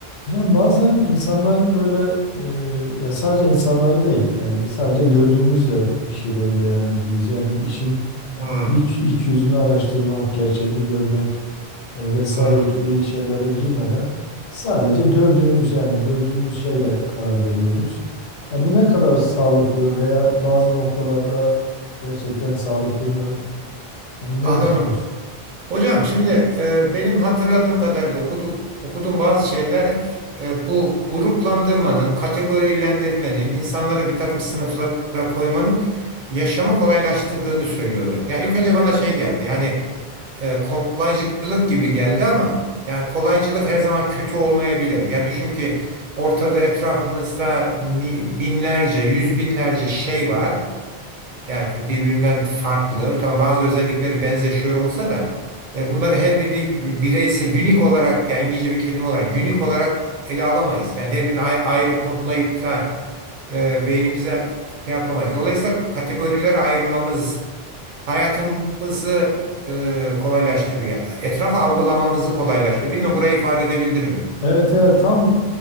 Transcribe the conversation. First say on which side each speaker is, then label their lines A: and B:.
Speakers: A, on the left; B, on the right.
A: Yani bazen insanları böyle e, ya sadece insanları değil yani sadece gördüğümüzle bir şeyleri değerlendiriyoruz. Yani işin
B: Hmm,
A: iç iç yüzünü araştırmak, gerçeğini görmek e, vesaire
B: hmm.
A: gibi şeylere girmeden sadece gördüğümüz yani gördüğümüz şeyle karar veriyoruz. Ya bu ne kadar sağlıklı veya bazı noktalarda gerçekten sağlıklı mı? Onu ne
B: Anladım.
A: düşünüyorsun?
B: Hocam şimdi e, benim hatırladığım kadarıyla okuduk okuduğum bazı şeyler e, bu gruplandırmanın, kategorilendirmenin, insanlara bir takım sınıflara koymanın yaşamı kolaylaştırdığını söylüyordu. Yani ilk önce bana şey geldi. Yani e, kolaycılık gibi geldi ama yani kolaycılık her zaman kötü olmayabilir. Yani düşün ki ortada etrafımızda mi- binlerce, yüz binlerce şey var. Yani birbirinden farklı. Tamam bazı özellikleri benzeşiyor olsa da e, bunları her birini bireyse unique olarak yani İngilizce bir kelime olarak unique olarak ele alamayız. Yani her birini ay- ayrı kodlayıp da e, beynimize şey yapamayız. Dolayısıyla kategorilere ayırmamız hayatımızı e, kolaylaştırıyor. Etrafı algılamamızı kolaylaştırıyor. Bilmem burayı ifade edebildim mi?
A: Evet evet tam